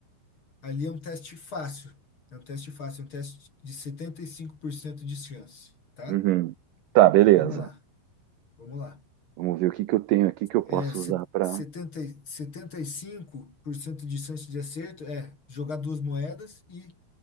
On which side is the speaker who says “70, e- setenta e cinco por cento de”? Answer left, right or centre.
Left